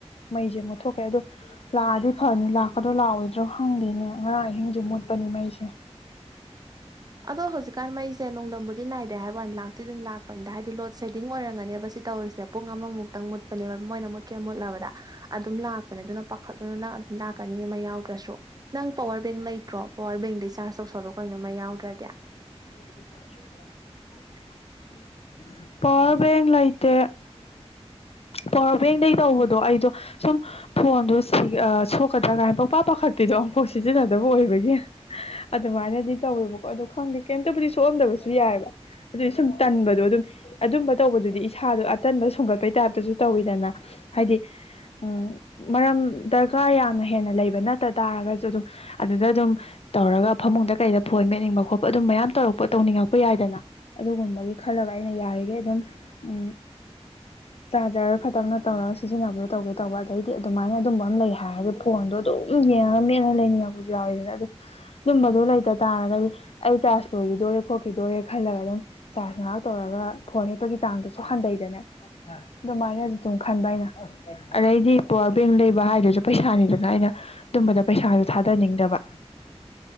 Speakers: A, on the left; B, on the right.
A: ꯃꯩꯁꯦ ꯃꯨꯠꯊꯣꯛꯈ꯭ꯔꯦ ꯑꯗꯨ ꯂꯥꯛꯑꯗꯤ ꯐꯅꯤ ꯂꯥꯛꯀꯗ꯭ꯔꯣ ꯂꯥꯛꯑꯣꯏꯗ꯭ꯔꯣ ꯍꯪꯗꯦꯅꯦ ꯑꯔꯥꯡ ꯑꯍꯤꯡꯁꯨ ꯃꯨꯠ ꯄꯅꯤ ꯃꯩꯁꯦ
B: ꯑꯗꯣ ꯍꯧꯖꯤꯛꯀꯥꯟ ꯃꯩꯁꯦ ꯅꯣꯡꯗꯝꯕꯨꯗꯤ ꯅꯥꯏꯗꯦ ꯍꯥꯏꯕ ꯋꯥꯅꯤ ꯂꯥꯛꯇꯤ ꯑꯗꯨꯝ ꯂꯥꯛꯄꯅꯤꯗ ꯍꯥꯏꯗꯤ ꯂꯣꯗ ꯁꯦꯗꯤꯡ ꯑꯣꯏꯔꯝꯒꯅꯦꯕ ꯁꯤ ꯇꯧꯔꯤꯁꯦ ꯁꯦ ꯄꯨꯡ ꯑꯃ ꯃꯨꯛꯇꯡ ꯃꯨꯠꯄꯅꯦ ꯃꯣꯢꯅ ꯃꯨꯛꯀꯦꯅ ꯃꯨꯠꯂꯕꯗ ꯑꯗꯨꯝ ꯂꯥꯛꯄꯅꯦ ꯑꯗꯨꯅ ꯄꯥꯈꯠꯂꯨꯅꯣ ꯅꯪ ꯑꯗꯨꯝ ꯀꯅꯤ ꯃꯩ ꯌꯥꯎꯗ꯭ꯔꯁꯨ ꯅꯪ ꯄꯋꯥꯔ ꯕꯦꯡ ꯂꯩꯇ꯭ꯔꯣ ꯄꯋꯥꯔ ꯕꯦꯡꯗꯩ ꯆꯥꯔꯖ ꯇꯧꯁꯜꯂꯣ ꯀꯩꯅꯣ ꯃꯩ ꯌꯥꯎꯗ꯭ꯔꯗꯤ ꯗꯦ
A: <inaudible> ꯄꯋꯥꯔ ꯕꯦꯡ ꯂꯩꯇꯦ ꯄꯋꯥꯔ ꯕꯦꯡꯗꯒꯤ ꯇꯧꯕꯗꯣ ꯑꯩꯗꯣ ꯁꯨꯝ ꯐꯣꯟꯗꯣ ꯁꯤ ꯑ ꯁꯣꯛꯀꯗ꯭ꯔꯥ ꯀꯥꯏꯅ ꯄꯨꯡꯄꯥ ꯄꯥꯈꯠ ꯀꯨꯔꯇꯤꯗꯣ ꯑꯃꯨꯛꯐꯥꯎ ꯁꯤꯖꯤꯟꯅꯗꯕ ꯑꯣꯏꯕꯒꯤ ꯑꯗꯨꯃꯥꯏꯅꯗꯤ ꯇꯧꯋꯦꯕꯀꯣ ꯑꯗꯨ ꯈꯪꯗꯦ ꯀꯩꯝꯇꯕꯨꯗꯤ ꯁꯣꯛꯑꯝꯗꯕꯁꯨ ꯌꯥꯏꯑꯦꯕ ꯑꯗꯨꯗꯤ ꯁꯨꯝ ꯇꯟꯕꯗꯣ ꯑꯗꯨꯝ ꯑꯗꯨꯝꯕ ꯇꯧꯕꯗꯨꯗꯤ ꯏꯁꯥꯗꯣ ꯑꯇꯟꯕ ꯁꯨꯡꯒꯠꯄꯒꯤ ꯇꯥꯏꯞꯇꯁꯨ ꯇꯧꯋꯤꯗꯅ ꯍꯥꯏꯗꯤ ꯎꯝ ꯃꯔꯝ ꯗꯔꯀꯥꯔ ꯌꯥꯝꯅ ꯍꯦꯟꯅ ꯂꯩꯕ ꯅꯠꯇ ꯇꯥꯔꯒꯁꯨ ꯑꯗꯨꯝ ꯑꯗꯨꯗ ꯑꯗꯨꯝ ꯇꯧꯔꯒ ꯐꯃꯨꯡꯗ ꯀꯩꯗ ꯐꯣꯟ ꯃꯦꯠꯅꯤꯡꯕ ꯈꯣꯠ ꯑꯗꯨꯝ ꯃꯌꯥꯝ ꯇꯧꯔꯛꯄ ꯇꯧꯅꯤꯡꯉꯛꯄ ꯌꯥꯏꯗꯅ ꯑꯗꯨꯒꯨꯝꯕꯒꯤ ꯈꯜꯂꯒ ꯑꯩꯅ ꯌꯥꯔꯤꯈꯩ ꯑꯗꯨꯝ ꯎꯝ ꯆꯥꯔꯖꯔ ꯈꯛꯇꯪꯅ ꯇꯧꯔꯒ ꯁꯤꯖꯤꯟꯅꯕꯣ ꯇꯧꯒꯦ ꯇꯧꯕ ꯑꯗꯩꯗꯤ ꯑꯗꯨꯃꯥꯏꯅ ꯑꯗꯨꯝꯕ ꯑꯃ ꯂꯩ ꯍꯥꯏꯔꯗꯤ ꯐꯣꯟꯗꯣ ꯑꯗꯨ ꯑꯗꯨꯝ ꯌꯦꯡꯉꯒ ꯃꯦꯠꯂꯒ ꯂꯩꯅꯤꯡꯉꯛꯄꯁꯨ ꯌꯥꯎꯋꯤꯗꯅ ꯑꯗꯨ ꯑꯗꯨꯝꯕꯗꯣ ꯂꯩꯇ ꯇꯥꯔꯒꯗꯤ ꯑꯩ ꯆꯥꯔꯖ ꯂꯣꯏꯒꯤꯗꯣꯔꯦ ꯈꯣꯠꯈꯤꯗꯣꯔꯦ ꯈꯜꯂꯒ ꯑꯗꯨꯝ ꯆꯥꯔꯖ ꯉꯥꯏꯍꯥꯛ ꯇꯧꯔꯒ ꯐꯣꯟ ꯃꯦꯠꯄꯒꯤ ꯆꯥꯡꯗꯨꯁꯨ ꯍꯟꯗꯩ ꯖꯅ ꯑꯗꯨꯃꯥꯏꯅ ꯑꯗꯨꯝ ꯈꯟꯕ ꯑꯩꯅ ꯑꯗꯩꯗꯤ ꯄꯋꯥꯔ ꯕꯦꯡ ꯂꯩꯕ ꯍꯥꯏꯗꯁꯨ ꯄꯩꯁꯥꯅꯤꯗꯅ ꯑꯩꯅ ꯑꯗꯨꯝꯕꯗ ꯄꯩꯁꯥꯁꯨ ꯊꯥꯗꯅꯤꯡꯗꯕ